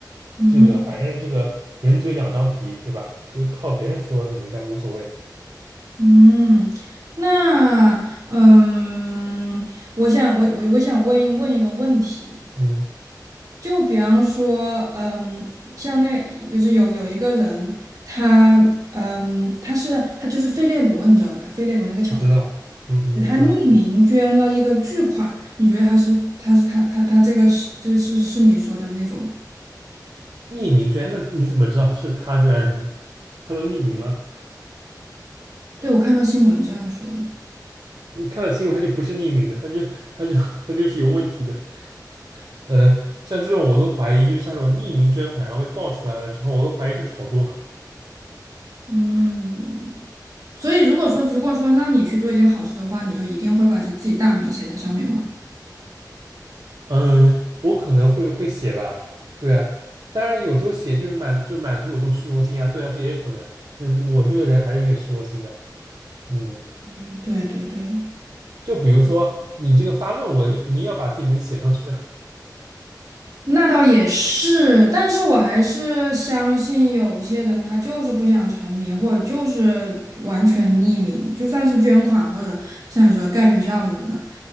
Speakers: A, on the right; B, on the right.
A: 嗯
B: 这个反正这个人嘴两张皮，对吧？就是靠别人说，那没办法无所谓的
A: 嗯，那嗯，我想我我我想问一问一个问题，
B: 嗯，
A: 就比方说，嗯，像那就是有有一个人，他嗯他是他就是费列罗，你知道吧？费列罗那个巧克力
B: 我知道，嗯嗯，
A: 给他匿名捐了一个巨款，
B: 我知道。
A: 你觉得他是他是他他他这个是这是是你说的那种？
B: 匿名捐，那你怎么知道是他捐的呢？他都匿名了，
A: 对，我看到新闻这样说的。
B: 你看到新闻，他就不是匿名的，他就他就 <laughs> 他就是有问题的。嗯，像这种我都怀疑，就是像这种匿名捐款，然后被爆出来了之后，我都怀疑是炒作。
A: 嗯，所以如果说如果说让你去做一件好事的话，你就一定会把就自己大名写在上面吗？
B: 嗯，我可能会会写吧，对啊，当然有时候写就是满就是满足我这种虚荣心啊，对啊，这也可能，就是我这个人还是有点虚荣心的。嗯，
A: 嗯，对对对，
B: 就比如嗯说你这个发论文，你肯定要把自己名字写上去啊。
A: 那倒也是，但是我还是相信有些人他就是不想成名，或者就是完全匿名，就算是捐款或者像你说盖学校什么的，